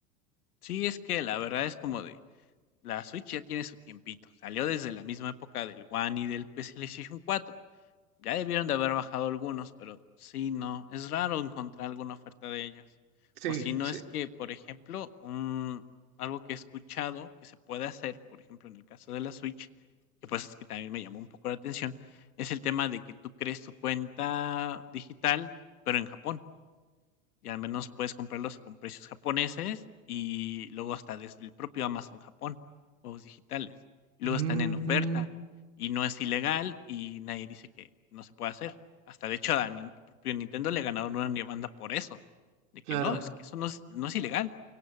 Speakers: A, on the left; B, on the right.
A: Sí, es que la verdad es como de la Switch ya tiene su tiempito. Salió desde la misma época del One y del PlayStation 4. Ya debieron de haber bajado algunos, pero sí, no, es raro encontrar alguna oferta de ellos.
B: Sí,
A: O si no
B: sí.
A: es que, por ejemplo, un, algo que he escuchado que se puede hacer, por ejemplo, en el caso de la Switch, que pues es que también me llamó un poco la atención, es el tema de que tú crees tu cuenta digital, pero en Japón. Y al menos puedes comprarlos con precios japoneses y luego hasta desde el propio Amazon Japón, juegos digitales. Y luego
B: Mm,
A: están en oferta y no es ilegal y nadie dice que no se puede hacer. Hasta de hecho a Nin- el propio Nintendo le ganaron una demanda por eso, de
B: claro,
A: que no, es que eso no es, no es ilegal.